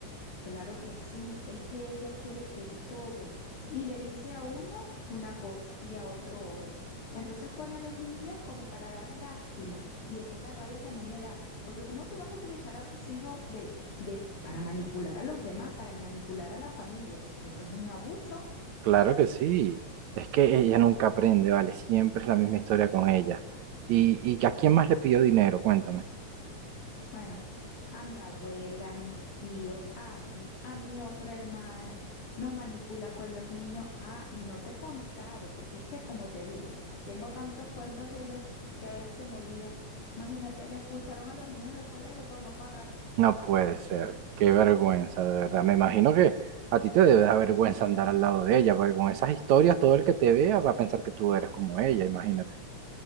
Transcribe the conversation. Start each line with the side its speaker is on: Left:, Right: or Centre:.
Left: Claro que sí, es que ella quiere que todos, y le dice a uno una cosa y a otro otro. Entonces pone a los niños como para dar lástima, y esa es la rabia que a mí me da, porque cómo tú vas a utilizar a tus hijos de, de para manipular a los demás, para manipular a la familia, eso es un abuso.
Right: Claro que sí. Es que ella nunca aprende, vale, siempre es la misma historia con ella. ¿Y, y a quién más le pidió dinero? Cuéntame.
Left: Bueno, a mi abuela, a mis tíos, a mí, a mi otra hermana, nos manipula con los niños. Ah, y no te he contado, porque es que como te digo, tengo tantos cuentos de ellas que a veces se me olvida. Imagínate, le expulsaron a los niños del colegio por no pagar.
Right: No puede ser, qué vergüenza, de verdad. Me imagino que a ti te debe dar vergüenza andar al lado de ella, porque con esas historias todo el que te vea va a pensar que tú eres como ella, imagínate.